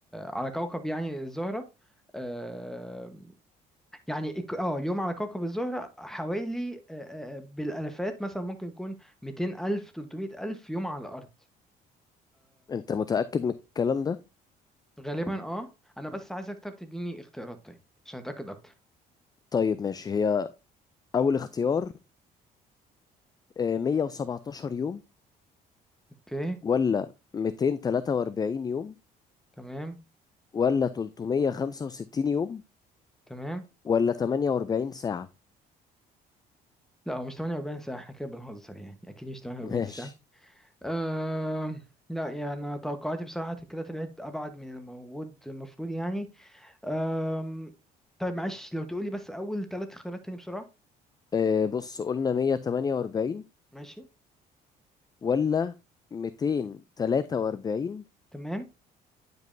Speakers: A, in the centre; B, on the left.
A: على كوكب يعني الزهره آه، يعني الك- اه اليوم على كوكب الزهرة حوالي آه، آه، بالالفات مثلا ممكن يكون 200 الف 300 الف يوم على الارض
B: أنت متأكد من الكلام ده؟
A: غالبا اه انا بس عايزك طب تديني اختيارات طيب عشان اتاكد اكتر
B: طيب ماشي هي أول اختيار آه، 117 يوم
A: اوكي
B: ولا 243 يوم
A: تمام
B: ولا 365 يوم
A: تمام
B: ولا 48 ساعة
A: لا هو مش 48 ساعة احنا كده بنهزر يعني اكيد مش 48
B: <laughs> ماشي
A: ساعة أم... لا يعني أنا توقعاتي بصراحة كده طلعت ابعد من الموجود المفروض يعني أم... طيب معلش لو تقولي بس اول ثلاث اختيارات تاني بسرعة
B: آه، بص قلنا 148
A: ماشي
B: ولا 243
A: تمام